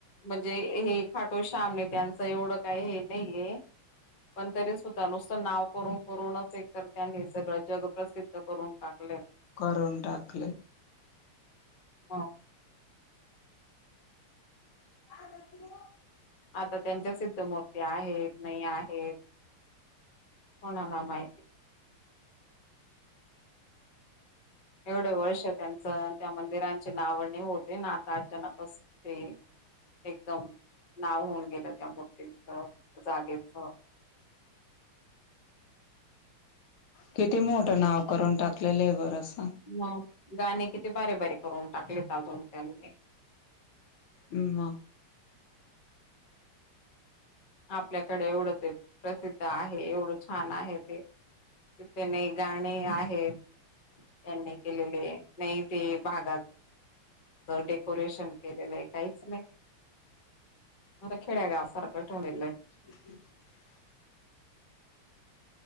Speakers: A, on the left (about 40°); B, on the left (about 75°).
A: म्हणजे हे घाटो श्यामे त्यांचं एवढं काय हे नाही आहे. पण तरी सुद्धा नुसतं नाव करून करूनच एक तर त्यांनी सगळं जग प्रसिद्ध करून टाकले.
B: करून टाकलेले.
A: हा
B: आ <unintelligible>
A: आता त्यांच्या सिद्ध मूर्ती आहेत नाही आहेत. कोणाला माहिती एवढे वर्ष त्यांचं त्या मंदिरांची नावने होते ना आता अचानक अस ते एकदम नाव होऊन गेलं त्या मुर्तींच जागेच <inaudible>
B: किती मोठं नाव करून टाकलय लेय बर अस
A: मग गाणे किती भारी भारीे करून टाकलेत अजून त्यांनी काय
B: ह म
A: आपल्याकडे एवढं ते प्रसिद्ध आहे. एवढं छान आहे ते ते नाही गाणी आहेत. यांनी केलेले नाही ते भागाच डेकोरेशन केलेलं आहे. काहीच नाही म खेड्यागावसारखं ठेवून दिलय.
B: <unintelligible>